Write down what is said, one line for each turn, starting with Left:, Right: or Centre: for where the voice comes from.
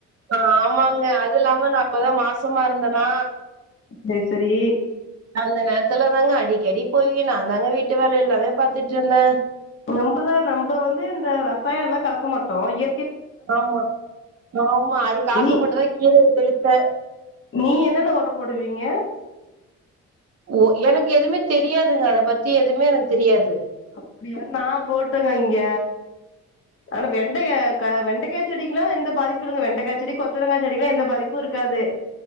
Right: ஆ ஆமாங்க அது இல்லாம நா அப்பதா மாசமா இருந்தனா
Left: டெர் செரி
Right: அந்த நேரத்துல தாங்க அடிக்கடி போயி நா தாங்க வீட்டு வேல எல்லாமே பாத்துட்டு இருந்த
Left: நம்பதா நம்ப வந்து இந்த ரசாயல்லா கலக்க மாட்டோ இ
Right: ஆமா ஆமா அதுக்கு ஆசைப்பட்டுதா
Left: நீ
Right: கீரய தெளிச்ச
Left: நீ என்னன்ன ஒர போடுவீங்க
Right: ஓ எனக்கு எதுமே தெரியாதுங்க அத பத்தி எதுமே எனக்கு தெரியாது
Left: அப்டியா நா போட்டங்க இங்க ஆனா வெண்டை யக்கா வெண்டக்கா செடிக்குல்லா எந்த பாதிப்பு இல்லங்க வெண்டக்கா செடி கொத்தரங்கா செடிக்குல்லா எந்த பாதிப்பு இருக்காது